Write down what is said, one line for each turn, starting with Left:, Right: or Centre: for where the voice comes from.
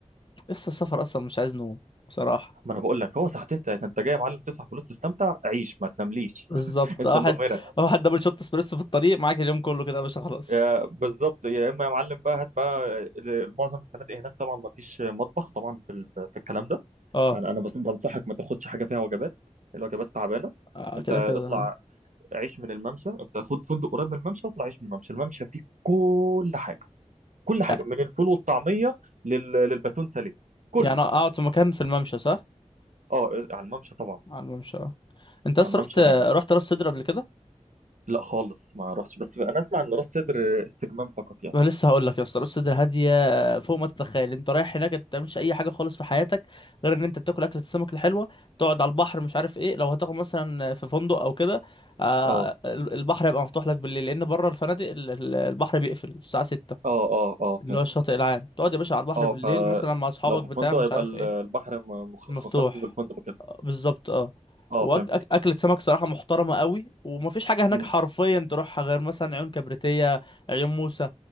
Left: لسه السفر اصلا مش عايز نوم بصراحه
Right: ما انا بقول لك هو ساعتين ثلاثه انت جاي يا معلم تصحى فلوس تستمتع عيش ما تنامليش
Left: بالظبط
Right: <laughs> انسى
Left: واحد
Right: النوم هنا
Left: واحد دبل شوت اسبريسو في الطريق معاك اليوم كله كده يا باشا خلاص
Right: يا- بالظبط يا اما يا معلم بقى هات بقى ال- معظم الفنادق هناك طبعا ما فيش مطبخ طبعا في ال- في الكلام ده
Left: اه
Right: يعني انا بس بنصحك ما تاخدش حاجه فيها وجبات الوجبات تعبانه
Left: آه،
Right: انت
Left: كده
Right: اطلع
Left: كده اه
Right: عيش من الممشى انت خد فندق قريب من الممشى واطلع عيش من الممشى الممشى فيه كل حاجه كل حاجه
Left: يع-
Right: من الفول والطعميه لل- للباتون ساليه كله
Left: يعني اقعد في مكان في الممشى صح
Right: اه على الممشى طبعا
Left: على الممشى اه انت اصلا
Right: على الممشى
Left: رحت
Right: جامد
Left: رحت راس سدر قبل كده
Right: لا خالص ما رحتش بس انا اسمع ان راس سدر استجمام فقط يعني
Left: ما لسه هقول لك يا اسطى راس صدر هاديه فوق ما تتخيل انت رايح هناك انت ما بتعملش اي حاجه خالص في حياتك غير ان انت بتاكل اكله السمك الحلوه تقعد على البحر مش عارف ايه لو هتاخد مثلا في فندق او كده آه،
Right: اه
Left: البحر هيبقى مفتوح لك بالليل لان بره الفنادق ال- ال- البحر بيقفل الساعه 6
Right: اه اه اه
Left: اللي
Right: فهمت
Left: هو الشاطئ العام تقعد يا باشا على البحر
Right: اه
Left: بالليل
Right: فلو
Left: مثلا مع اصحابك
Right: في
Left: بتاع
Right: فندق
Left: مش
Right: يبقى
Left: عارف
Right: ال-
Left: ايه
Right: البحر م- مخ-
Left: مفتوح
Right: مخصص بالفندق وكده
Left: آه، بالظبط اه
Right: اه
Left: واكلة
Right: فهمت
Left: سمك صراحة محترمة قوي ومفيش حاجة هناك
Right: مم.
Left: حرفيا تروحها غير مثلا عيون كبريتية عيون موسى